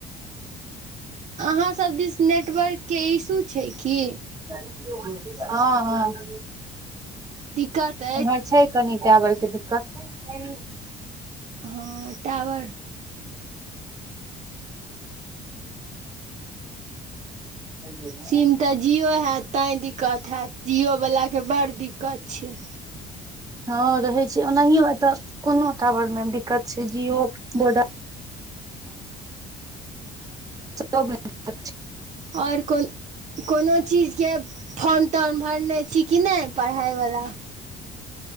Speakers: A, on the right; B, on the right.
A: अहाँसभ दिस नेटवर्क के इशू छै की
B: ह ह
A: दिकत अए
B: एम्हर छै कनि टावरके दिक्कत हं
A: हँ टावर
B: <unintelligible>
A: सिम तऽ जिओ हेऽत तैं दिक्कत हेऽत जिओवलाके बड़ दिक्कत छै
B: हँ रहै छै ओनाहियो ए तऽ कोनो टावर मे दिक्कत छै जिओ वोडा सब मे दिक्कत छै।
A: आओर कोल कोनो चीज के फोन तोन भरने छी कि नहि पढ़ाइवला